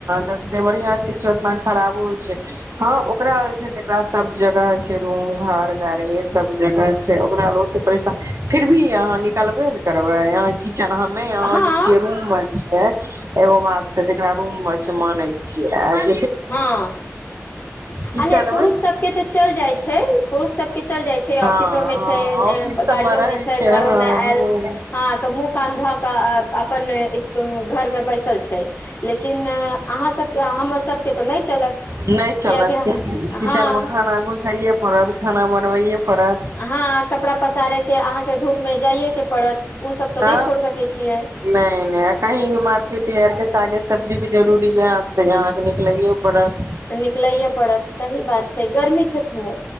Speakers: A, on the right (about 65°); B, on the left (about 40°).
A: जते बढ़िया चीज छै। ओतना खराबो छै। हँ ओकरा छै जेकरा सब जगह छै रूम घर गाड़ी अछि। सब जगह छै ओकरा लग ओते पैसा फिर भी आहाँ निकलबे ने करबै आहां। किचन हं में आहाँ
B: हँ
A: जे छै रूम में। छै एगो बात से जेकरा रूम में छै मानै छी आय
B: हँ
A: किचन
B: आ नहि पुरुष
A: मे
B: सबके तऽ चलि जाइ छै पुरुष सबके। चल जाय छै ऑफिसो
A: हँ
B: में
A: हँ
B: छै
A: ऑफिस सबमे
B: गाड़ियो में
A: रहै
B: छै घरो
A: हँ
B: में आयल
A: हँ
B: हं तो मुंह कान ध के अपन घर में बैसल छै। लेकिन आहाँ सबके हमसब के तऽ नहि चलत
A: नहि चलत
B: कियाकि
A: किचन
B: हँ
A: मे खाना घुसैये पड़त खाना बनबैये पड़त
B: ह कपड़ा पसारे के अहाँके धूप मे जाइए के पड़त ओ सब तऽ
A: ह
B: नहि छोड़ सकै छियै
A: नहि नहि कही भी मार्केट हरके सागे सब्जी जरूरी लत तऽ यहाँके निकलैे पड़त
B: निकलैए पड़त सही बात छै गर्मी छै त